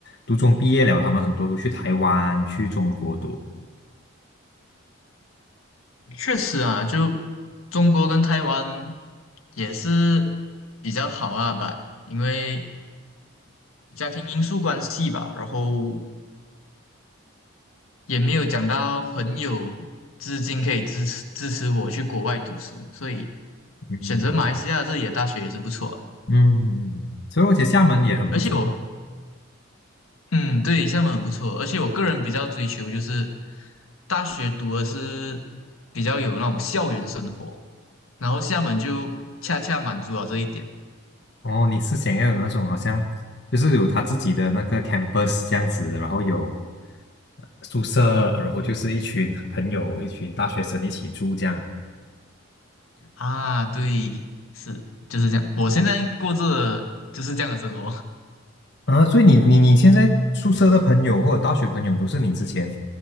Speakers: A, on the left (about 50°); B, on the left (about 80°).
A: 读中毕业了，他们很多都去台湾、去中国读。
B: 确实啊，就中国跟台湾也是比较好啊吧，因为家庭因素关系吧，然后也没有讲到很有资金可以支持支持我去国外读书，所以
A: 嗯
B: 选择马来西亚这里的大学也是不错啊
A: 嗯，所以而且厦门也很不错嘛
B: 而且我，嗯，对，厦门很不错，而且我个人比较追求就是大学读的是比较有那种校园生活，然后厦门就恰恰满足了这一点。
A: 哦，你是想要有那种好像就是有他自己的那个 campus 这样子，然后有宿舍，然后就是一群朋友、一群大学生一起住这样啊。
B: 啊，对，是就是这样。我现在过着就是这样的生活，
A: 啊，所以你你你现在宿舍的朋友或者大学朋友都是你之前